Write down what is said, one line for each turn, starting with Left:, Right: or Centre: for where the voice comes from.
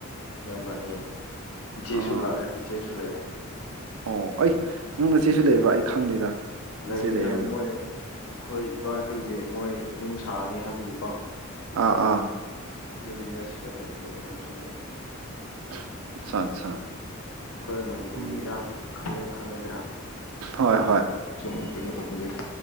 Left: ꯏꯌꯥꯝꯕ ꯑꯅꯤ, ꯏꯆꯦꯁꯨ
Right: ꯑꯥ
Left: ꯂꯥꯛꯑꯦ ꯏꯆꯦꯁꯨ ꯂꯩꯑꯦ꯫
Right: ꯑꯣ ꯑꯩ ꯅꯪꯅꯆꯦꯁꯨ ꯂꯩꯕ꯭ꯔꯥ? ꯑꯩ ꯈꯪꯗꯦꯗ ꯅꯆꯦ
Left: ꯂꯩ ꯍꯥꯏ
Right: ꯍꯥꯏꯕꯗꯣ
Left: ꯃꯣꯏ ꯑꯈꯣꯏ ꯏꯕꯥꯏ ꯈꯣꯏꯒꯤ ꯃꯣꯏ ꯌꯨꯝ ꯁꯥꯅꯤ ꯍꯥꯏꯕꯒꯤꯀꯣ
Right: ꯑꯥ ꯑꯥ
Left: ꯌꯨꯝꯗ ꯁꯤꯗ ꯂꯩꯕꯅꯦꯗ ꯃꯣꯏ ꯁꯣꯝꯗ
Right: <unintelligible> ꯑꯠꯆꯥ ꯑꯠꯆꯥ
Left: ꯑꯈꯣꯏ ꯃꯅꯤꯄꯨꯔꯒꯤ
Right: ꯎꯝ
Left: ꯏꯔꯥꯡꯁꯨ ꯈꯜꯂꯦ ꯈꯪꯉꯦꯗꯅꯥ
Right: ꯍꯣꯏ ꯍꯣꯏ
Left: ꯁꯨꯝ ꯀꯩꯅꯣ ꯇꯧꯕꯒꯤ